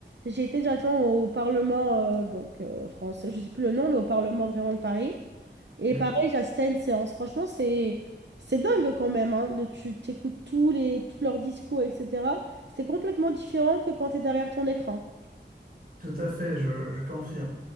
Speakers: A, on the right; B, on the right.
A: j'ai été directement au Parlement euh, donc, euh, français, je ne sais plus le nom, mais au Parlement vraiment de Paris. Et
B: Oui.
A: pareil, j'ai assisté à une séance. Franchement, c'est c'est dingue quand même. hein. Le- tu t'écoutes tous les, tous leurs discours, etc. C'est complètement différent que quand tu es derrière ton écran.
B: Tout à fait, je, je confirme.